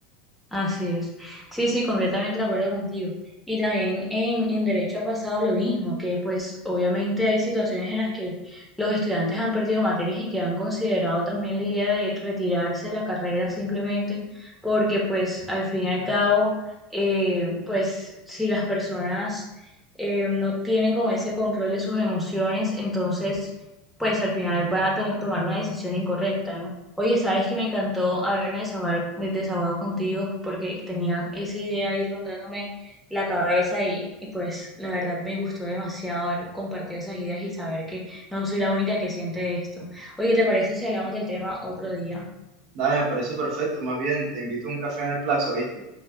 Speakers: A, in the centre; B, on the right.
A: Así es. Sí, sí, completamente de acuerdo contigo. Y también en, en derecho ha pasado lo mismo, que pues obviamente hay situaciones en las que los estudiantes han perdido materias y que han considerado también la idea de retirarse de la carrera simplemente porque pues al fin y al cabo, eh, pues si las personas eh, no tienen como ese control de sus emociones, entonces pues al final van a to- tomar una decisión incorrecta, ¿no? Oye, sabes que me encantó haberme desahogar- me desahogado contigo porque tenía esa idea ahí rondándome la cabeza y, y pues la verdad me gustó demasiado haber compartido esas ideas y saber que no soy la única que siente esto. Oye, ¿te parece si hablamos del tema otro día?
B: Dale, me parece perfecto, más bien, te invito a un café en el plazo, ¿viste?